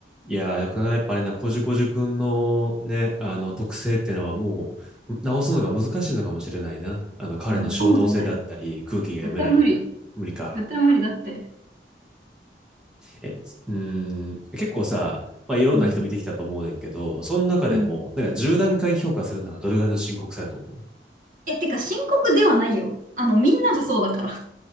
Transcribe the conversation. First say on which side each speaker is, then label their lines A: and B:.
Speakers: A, in the centre; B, on the right.
A: いやー、なかなかやっぱあれな、こじゅこじゅくんのね、あの特性っていうのはもう直すのが難しいのかもしれないな。あの彼の衝動性であったり、
B: いや、かもじゃない。
A: 空気が読めない。
B: 絶対無理。
A: 無理か。
B: 絶対無理だって。
A: え、つうーん、結構さ、まあいろんな人見てきたと思うねんけど、
B: うん。
A: その中でも、
B: うん。
A: なんか10段階評価するならどれぐらいの深刻さやと思う
B: え、てか深刻ではないよ。あの、みんながそうだから。